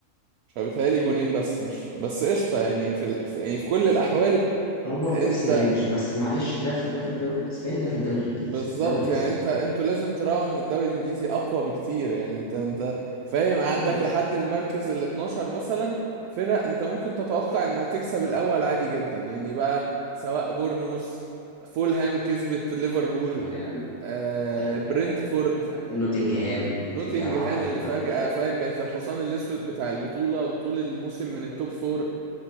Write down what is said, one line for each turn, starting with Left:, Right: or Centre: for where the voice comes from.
Right: مش عارف، بيتهيألي جونين بس مش بس قشطه يعني في, ال... في يعني في كل الاحوال
Left: هو في
Right: انت
Left: نفس الرينج بس معلش ده في ده في الدوري الاسباني ده في الدوري الانجليزي
Right: بالظبط
Left: ده منازع
Right: يعني انت انتوا لازم تراعوا ان الدوري الانجليزي اقوى بكتير يعني انت انت فاهم عندك
Left: ده منازع
Right: لحد المركز ال 12 مثلا فرق انت ممكن تتوقع انها تكسب الاول عادي جدا يعني بقى سواء بورنموث فولهام كسبت ليفربول
Left: فولهام
Right: آه
Left: آه
Right: برنتفورد
Left: نوتنجهام نوتنجهام
Right: نوتنجهام
Left: عقرت
Right: اللي
Left: معاهم
Right: فجأة
Left: جامد
Right: فاهم بقت الحصان الاسود بتاع البطولة وطول الموسم
Left: طول
Right: من
Left: الوقت
Right: التوب فور